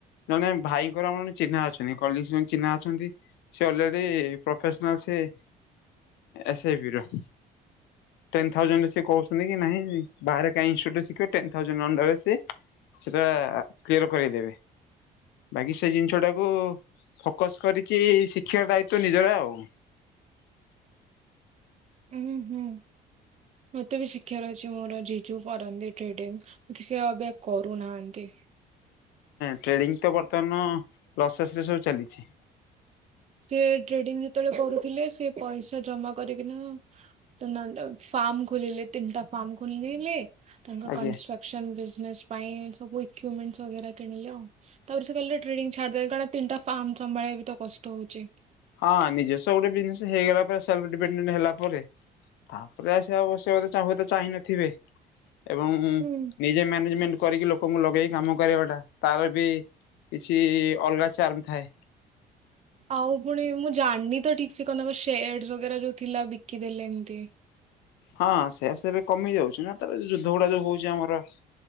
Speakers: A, on the left (about 85°); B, on the right (about 40°).
A: ଜଣେ ଭାଇଙ୍କର ଆମର ଚିହ୍ନା ଅଛନ୍ତି କଲି ଜଣେ ଚିହ୍ନା ଅଛନ୍ତି। ସେ already professional S I B ର। ଟେନ ଥାଉଜଣ୍ଡରେ ସିଏ କହୁଛନ୍ତି କି ନାଇଁ ବାହାରେ କାଇଁ ଇନଷ୍ଟିଚ୍ୟୁଟରେ ଶିଖିବେ ଟେନ ଥାଉଜାଣ୍ଡ ଅଣ୍ଡରରେ ସେ ସେଟା କ୍ଲିଅର କରିଦେବେ। ବାକି ସେ ଜିନିଷଟାକୁ ଫୋକସ କରିକି ଶି୍ଖିବାର ଦାୟିତ୍ଵ ନିଜର ଆଉ
B: ହୁଁ ହୁଁ ମତେ ବି ଶିଖିବାର ଅଛି ମୋର ଜିଜୁଙ୍କର ମନି ଟ୍ରେଡିଙ୍ଗ। ସେ ଅବିକା କରୁନାହାନ୍ତି।
A: ଟ୍ରେଡିଙ୍ଗ ତ ବର୍ତ୍ତମାନ ପ୍ରସେସରେ ଚାଲିଛି।
B: ସେ ଟ୍ରେଡିଙ୍ଗ ଯେତେବେଳେ କରୁଥିଲେ ସେ ପଇସା ଜମା କରିକିନା ନହେଲେ ଫାର୍ମ ଖୋଲିଲେ ତିନିଟା ଫାର୍ମ ଖୋଲିଲେ ତାଙ୍କ
A: ଆଜ୍ଞା।
B: କନଷ୍ଟ୍ରକ୍ ସନ ବିଜନେସ ପାଇଁ ସବୁ ଇକୁମେଣ୍ଟସ ବଗେରା କିଣିଲେ ଆଉ ତାପରେ ସେ କ ଟ୍ରେଡିଙ୍ଗ ଛାଡିଦେ କାରଣ ତିନଟା ଫାର୍ମ ସମ୍ଭଳିବା ବି ତ କଷ୍ଟ ହଉଛି।
A: ହଁ ନିଜସ୍ଵ ଗୋଟେ ବିଜନେସ ହେଇଗଲା ପରେ ସେଲଫଡିପେଣ୍ଡେଣ୍ଟ ହେଲା ପରେ ତାପରେ ଆସିବା ଆବଶ୍ୟକ ହୁ ତ ଚାହିଁ ନଥିବେ ଏବଂ
B: ହୁଁ।
A: ନିଜେ ମ୍ୟାନେଜମେଣ୍ଟ କରିକି ଲୋକଙ୍କୁ ଲଗେଇକି କାମ କରିବାଟା ତାର ବି କିଛି ଅଲଗା ଚାର୍ମ ଥାଏ।
B: ଆଉ ପୁଣି ମୁଁ ଜାଣିନି ତ ଠିକ ସେ କଣ ସେୟାରଡ ବଗେରା ଯୋଉ ଥିଲା ବିକି ଦେଲେ ଏମତି
A: ହଁ ସେ ସେୟା ସେୟାର କମି ଯାଉଛି ନା ତ ଆଉ ଯୁଦ୍ଧ ଗୁଡା ଯୋଉ ହଉଛି ଆମର।